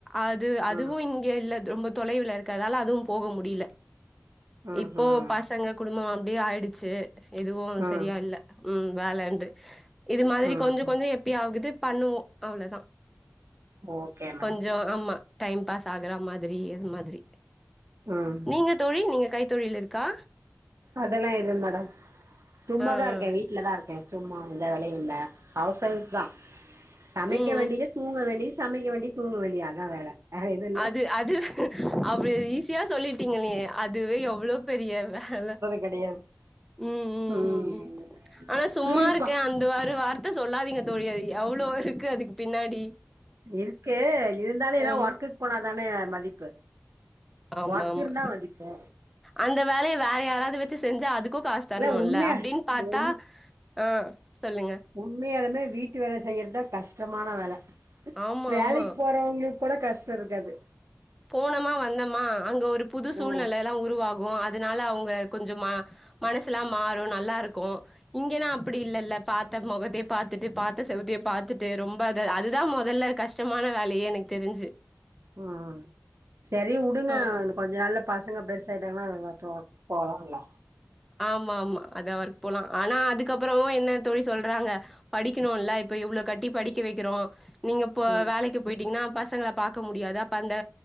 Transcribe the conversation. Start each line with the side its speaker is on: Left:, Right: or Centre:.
Centre: அது அதுவும்
Right: ம்
Centre: இங்க இல்ல ரொம்ப தொலைவுல இருக்கதால அதுவும் போக முடில
Right: ம்
Centre: இப்போ பசங்க குடும்பம் அப் அப்டியே ஆயிடுச்சு எதுவும்
Right: ம்
Centre: செரியா இல்ல ம் வேலண்டு இது மாரி
Right: ம்
Centre: கொஞ்சம்
Right: ம்
Centre: கொஞ்சம் எப்ப ஆகுது பண்ணுவோம் அவ்ளதா
Right: ஓகே மேடம்
Centre: கொஞ்சம் ஆமா டைம் பாஸ் ஆகுற மாதிரி எது மாதிரி
Right: ம்
Centre: நீங்க தோழி நீங்க கை தொழில் இருக்கா
Right: அதெல்லா எதும் மேடம் சும்மாதா
Centre: ஆ ஆ
Right: இருக்கே வீட்லதா இருக்கே சும்மா எந்த வேலயு இல்ல ஹவுஸ் ஒய்ஃப் தா சமைக்க
Centre: ம்
Right: வேண்டியது தூங்க வேண்டியது சமைக்க வேண்டியது தூங்க வேண்டியது அதா வேல வேற எதுவு இல்ல
Centre: அது அதுவே அப்டி ஈஸியா சொல்லிட்டீங்க அதுவே எவ்ளோ பெரிய வேல
Right: கெடயாது
Centre: ம் ம்
Right: உம்
Centre: ம் ம் ஆனா சும்மா
Right: விளிப்பா
Centre: இருக்கே அந்த ஒரு வார்த்த சொல்லாதீங்க தோழி அவ்ளோ இருக்கு அதுக்கு பின்னாடி
Right: இருக்கு இருந்தாலு ஏதாவது
Centre: ஆமா
Right: ஒர்க்கு போனாதான மதிப்பு
Centre: ஆமா
Right: ஒர்க்
Centre: ஆமா
Right: இருந்தா மதிப்பு
Centre: அந்த வேலய வேற யாராவது வச்சு செஞ்சா அதுக்கு காசு தரணுல்ல
Right: இல்ல உண்மையா
Centre: அப்டின் பாத்தா
Right: உண்
Centre: ஆ சொல்லுங்க
Right: உண்மையாலுமே வீட்டு வேல செய்யுறதா கஷ்டமான வேல
Centre: ஆமா
Right: வேலைக்கு
Centre: ஆமா
Right: போறவங்களுக் கூட கஷ்டோ இருக்காது
Centre: போனமா வந்தமா அங்க ஒரு புது சூழ்நெல
Right: ம்
Centre: எல்லா உருவாகு அதனால அவுங்க கொஞ்ச மனசுல்லா மாறு நல்லா இருக்கு இங்கன்னா அப்டி இல்லல்ல பா த்த மொகத்த பாத்துட்டு பாத் செவத்த பாத்துட்டு ரொம்ப அத அதுதா மொதல்ல கஷ்டமான வேலயே எனக்கு தெரிஞ்சு
Right: உம் சரி உடுங்க
Centre: ஆ ஆ
Right: கொஞ்ச நாள் ல்ல பசங்க பெருசாயி <unintelligible> போலால
Centre: ஆமா ஆமா அத ஒர்க போலா ஆனா அதுக்கப்புறமும் என்ன தோழி சொல்றாங்க படிக்கணுல்ல இப்ப இவ்ளோ கட்டி படிக்க வக்கிறோம் நீங்க இப்ப
Right: ம்
Centre: வேலைக்கு போயிட்டீங்கனா பசங் பசங்கள பாக்க முடியாது அப்ப அந்த